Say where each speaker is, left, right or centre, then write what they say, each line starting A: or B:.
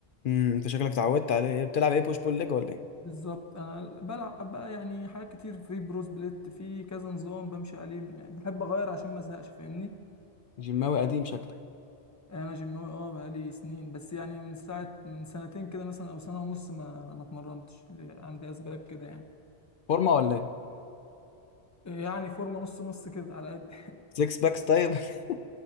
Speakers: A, on the left; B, on the left.
A: امم انت شكلك اتعودت عليه إيه، بتلعب ايه بوش بول ليج ولا ايه
B: بالظبط انا بلعب بقى يعني حاجات كتير في بروس بليت في كذا نظام بمشي عليه بحب اغير عشان ما ازهقش فاهمني
A: جيماوي قديم شكلك
B: يعني انا جيماوي اه بقالي سنين بس يعني من ساعه من سنتين كده مثلا او سنه ونص ما ما اتمرنتش ل- عندي اسباب كده يعني
A: فورمة ولا ايه
B: يعني فورمه نص نص كده على قد
A: سكس باكس طيب <laughs>